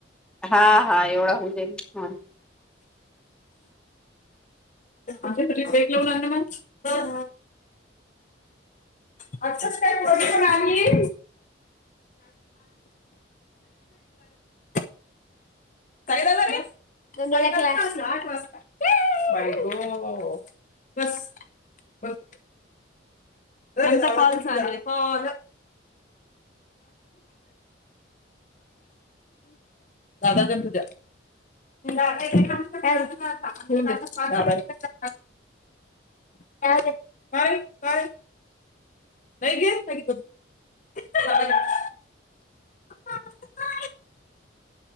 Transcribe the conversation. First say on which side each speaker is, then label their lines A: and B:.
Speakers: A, in the centre; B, on the left.
A: हा हा एवढा हुन जाईल हा.
B: आ तरीेग लावणार मग आताच काय प्रशन आहे <unintelligible> काय झालरे क्लास आठ वाजता बायग बस त्यांचा कॉल चालु आहे कॉल दादांच्या तुझ्या दादा गेला क्लासला आता का काय काय <unintelligible> <unintelligible>